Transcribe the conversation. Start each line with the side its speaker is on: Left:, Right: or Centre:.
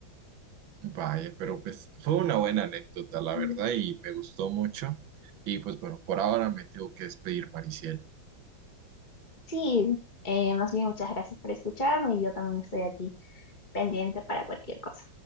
Right: Vaya, pero pues fue una buena anécdota, la
Left: Mm.
Right: verdad, y me gustó mucho. Y pues bueno, por ahora me tengo que despedir, Mariciel.
Left: Sí, eh, más bien muchas gracias por escucharme y yo también estoy aquí pendiente para cualquier cosa.